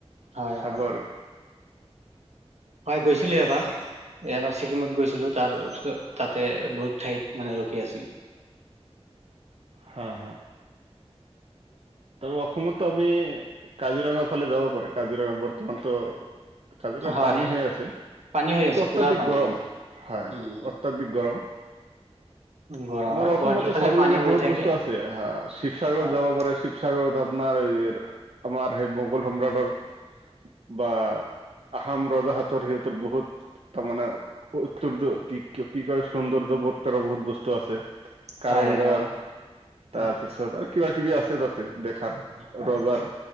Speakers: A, on the right; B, on the right.
A: হয়
B: চাব
A: হয়
B: আৰু
A: হয় গৈছিলো এবাৰ এবাৰ ছিকিমত গৈছিলো তাৰ পিছত তাতে বহুত ঠাইত মানে ৰখি আছিল
B: হা হা আৰু অসমতো আমি কাজিৰঙা ফালে যাব পাৰে কাজিৰঙাত বৰ্তমানতো কাজিৰঙা
A: হয়
B: পানী হৈ আছে
A: পানী হৈ
B: কিন্তু
A: আছে
B: অত্যাধিক
A: পুৰা পানী
B: গৰম হয়
A: উম
B: অত্যাধিক গৰম
A: গৰম
B: আমাৰ
A: আৰু
B: অসমতে
A: গুৱাহাটীৰ ফালে
B: চাবলগীয়া
A: পানী হৈ
B: বহুত
A: থাকে
B: বস্তু আছে আহ শিৱসাগৰত
A: হয়
B: যাব পাৰে শিৱসাগৰ আপোনাৰ এই আমাৰ সেই মোগল সম্ৰাটৰ বা আহোম ৰজা হাতৰ সিহতৰ বহুত তাৰমানে উত্তৰতো কি কি কয় সৌন্দৰ্য্যতো বহুত বস্তু আছে কাৰেংঘৰ
A: হয় হয় হয়
B: তাৰপিছত আৰু কিবা কিবি আছে তাতে দেখাৰ
A: হয়
B: ৰজাৰ